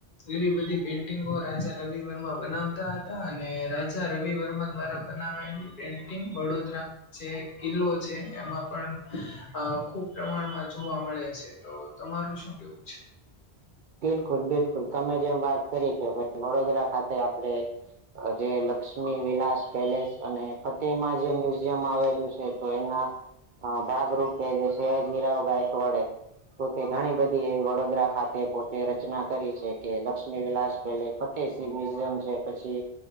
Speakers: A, on the left (about 55°); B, on the right (about 55°).
A: એવી બધી પેઇન્ટિંગો રાજા રવિ વર્મા બનાવતા હતા અને રાજા રવિ વર્મા દ્વારા, બનાવાયલી પેન્ટિંગ વડોદરા, જે કિલ્લો છે, એમાં પણ ખુબ પ્રમાણમાં જોવા મળે છે, તો તમારું શું કેવું છે,
B: બિલકુલ બિલકુલ તમે જેમ વાત કરી કે ભાઈ વડોદરા ખાતે આપડે, જે લક્ષ્મી વિલાસ પેલેસ અને ફતે જેમ. આવેલું છે, તો એના ભાગરૂપે જે સયાજીરાવ ગાયકવાડે. તો ઘણી બધી એ વડોદરા ખાતે, તે રચના કરી છે, કે લક્ષ્મી વિલાસ પે ફતેસિ મ્યુઝિયમ છે, પછી